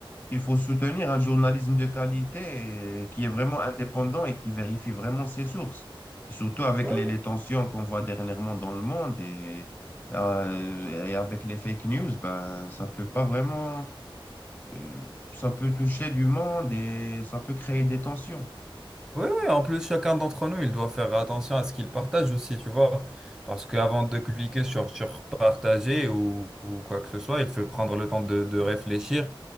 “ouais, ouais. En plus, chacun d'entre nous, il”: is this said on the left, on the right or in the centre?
Centre